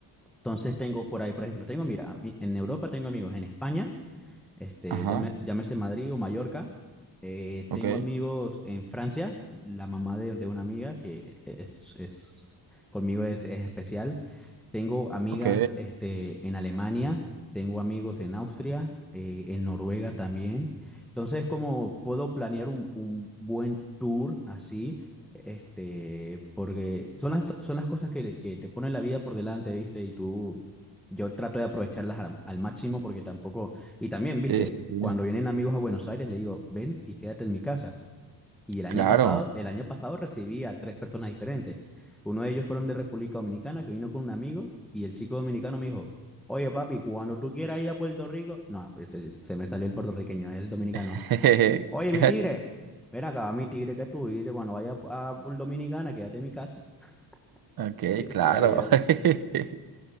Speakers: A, in the centre; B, on the right.
A: Entonces tengo por ahí, por ejemplo, tengo, mira, a mí- en Europa tengo amigos, en España este,
B: Ajá,
A: llame- llámese Madrid o Mallorca. Eh,
B: ok,
A: tengo amigos en Francia, la mamá de, de una amiga que e, es, es conmigo es, es especial. Tengo amigas
B: ok.
A: este, en Alemania, tengo amigos en Austria, eh, en Noruega también. Entonces, como puedo planear un, un buen tour así, este, porque son las, son las cosas que, que te ponen la vida por delante, ¿viste? Y tú, yo trato de aprovecharlas al, al máximo porque tampoco y también, viste,
B: Sí, sí, sí.
A: cuando vienen amigos a Buenos Aires, le digo, ven y quédate en mi casa. Y el año
B: Claro.
A: pasado, el año pasado recibí a tres personas diferentes. Uno de ellos fueron de República Dominicana, que vino con un amigo, y el chico dominicano me dijo, oye papi, cuando tú quieras ir a Puerto Rico, no, pues se, se me salió el puertorriqueño, el dominicano.
B: <laughs>
A: Oye, mi tigre, ven acá, mi tigre, que tú dices? Cuando vaya a, a Puerto Dominicana, quédate en mi casa. <laughs>
B: Ok,
A: Y decía
B: claro.
A: yo,
B: <laughs>